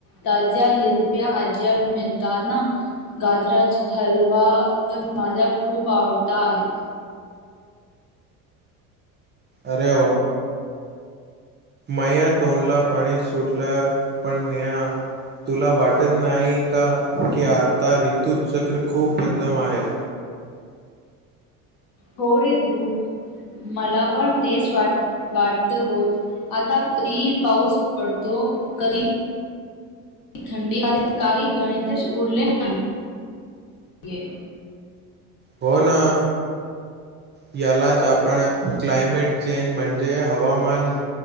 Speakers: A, on the left; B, on the right.
A: ताज्या हिरव्या भाज्या मिळतात ना, गाजराचा हलवा तर माझा खूप आवडता आहे.
B: अरे वा माया तोंडला पाणी सुटलं. पण नेहा तुला वाट टत नाही का की आता रीतुचक्र खूप बदलम आहे.
A: हो रे ध्रुव मला पण तेच वाट वाटत होत आता कधी पाऊस पडतो कधी थंडी मध्ये काही गणितच उरले नाही.
B: हो ना यालाच आपण क्लायमेट चेंज म्हणजे हवामान